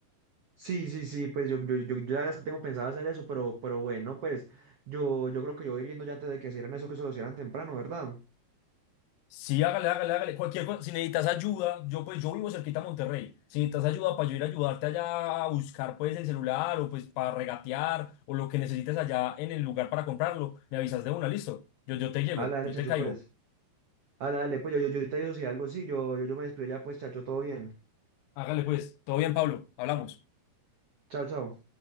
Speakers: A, on the right (about 75°); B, on the left (about 85°).
A: Sí, sí, sí, pues yo, yo, yo, yo la verdad es que tengo pensado hacer eso, pero, pero bueno, pues yo, yo creo que yo voy a ir yendo ya antes de que hicieran eso, que se lo hicieran temprano, ¿verdad?
B: Sí, hágale, hágale, hágale. Cualquier cosa, si necesitas ayuda, yo pues yo vivo cerquita a Monterrey. Si necesitas ayuda para yo ir a ayudarte allá a buscar pues el celular o pues para regatear o lo que necesites allá en el lugar para comprarlo, me avisas de una, listo. Yo, yo te llego,
A: Dale, dale,
B: yo
A: chacho,
B: te caigo.
A: pues. Dale, dale, pues yo, yo, yo te digo si algo sí, yo, yo, yo me despido ya, pues, chacho, todo bien.
B: Hágale pues, todo bien, Pablo, hablamos.
A: Chao, chao.